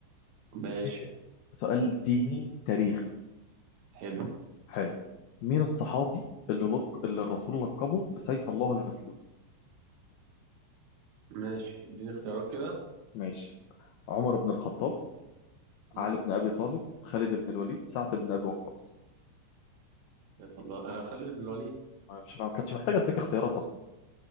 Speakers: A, on the right (about 60°); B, on the left (about 75°).
A: ماشي،
B: مين ال- سؤال ديني تاريخي
A: حلو،
B: حلو مين الصحابي اللي لق... اللي الرسول لقبه بسيف الله المسلول
A: ماشي، اديني اختيارات كده،
B: ماشي عمر بن الخطاب
A: إمم،
B: علي بن ابي طالب خالد بن الوليد سعد بن ابي وقاص
A: سيف الله آآ خالد بن الوليد،
B: أنا مش ما كانتش محتاجه اديك اختيارات اصلا